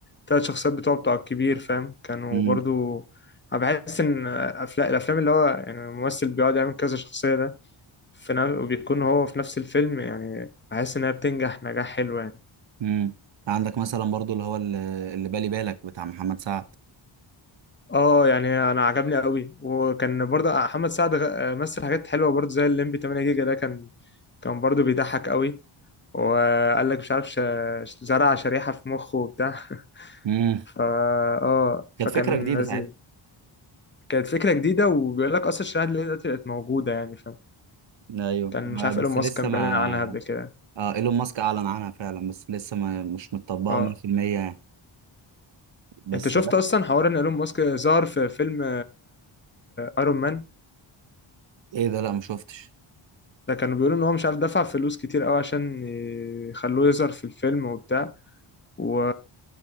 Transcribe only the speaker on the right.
امم
امم عندك مثلا برضه اللي هو اللي اللي بالي بالك بتاع محمد سعد
امم
كانت
فكره جديده
ساعتها
ايوه
ما-
بس
لسه
ما
اه ايلون ماسك اعلن عنها فعلا بس لسه ما مش متطبقه
100% يعني بس
ايه ده لا ما شفتش